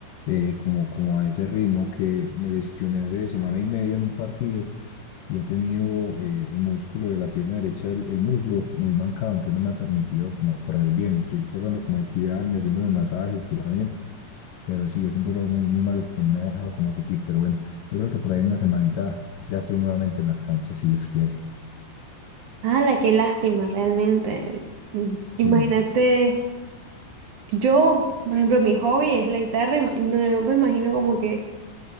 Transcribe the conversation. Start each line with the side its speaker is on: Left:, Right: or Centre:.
Left: eh, como, como a ese ritmo que me lesioné hace semana y media en un partido y he tenido eh, el músculo de la pierna derecha, el, el muslo muy mancado, entonces no me ha permitido como correr bien. Estoy tratando como de cuidarme, haciéndome masajes, estiramiento, pero sí, es un dolor muy, muy malo que no me ha dejado como seguir. Pero bueno, yo creo que por ahí en una semanita ya estoy nuevamente en las canchas, si Dios quiere.
Right: la qué lástima, realmente. Mm, Imagínate,
Left: Sí,
Right: yo, por ejemplo, mi hobby es la guitarra y ma- no, no me imagino como que